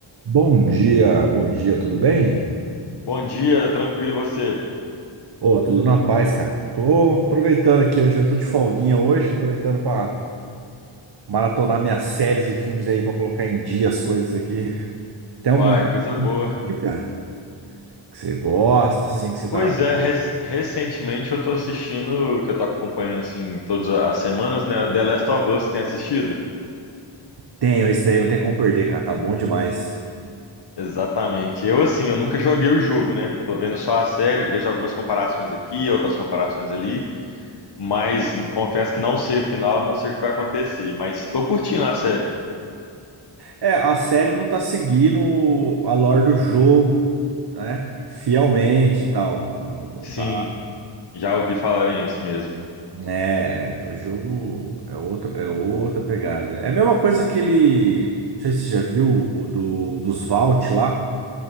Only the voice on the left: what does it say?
Bom dia, tranquilo e você?
Uai,
coisa
boa.
Pois
é, rec- recentemente eu tô assistindo, que eu tô acompanhando assim todas as semanas, né? The Last of Us, tem assistido?
Exatamente. Eu assim, eu nunca joguei o jogo, né? Tô vendo só a série, vejo algumas comparações aqui, outras comparações ali, mas n- confesso que não sei o final, não sei o que vai acontecer, mas tô curtindo a série.
Sim,
já ouvi falarem isso mesmo.